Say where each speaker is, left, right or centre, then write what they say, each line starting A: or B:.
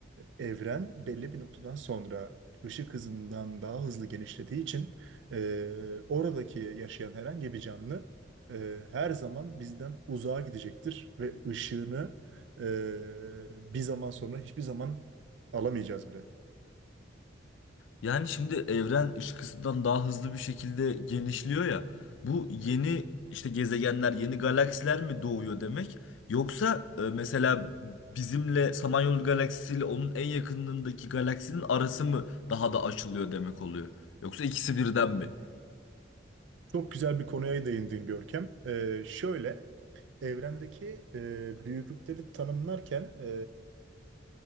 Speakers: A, on the right; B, on the left.
A: evren belli bir noktadan sonra ışık hızından daha hızlı genişlediği için e, oradaki yaşayan herhangi bir canlı e, her zaman bizden uzağa gidecektir ve ışığını ee, bir zaman sonra hiçbir zaman alamayacağız bile.
B: Yani şimdi evren ışıkından daha hızlı bir şekilde genişliyor ya. Bu yeni işte gezegenler, yeni galaksiler mi doğuyor demek? Yoksa e, mesela bizimle Samanyolu galaksisiyle onun en yakınındaki galaksinin arası mı daha da açılıyor demek oluyor? Yoksa ikisi birden mi?
A: Çok güzel bir konuya değindin Görkem. Ee, şöyle, evrendeki e, büyüklükleri tanımlarken e,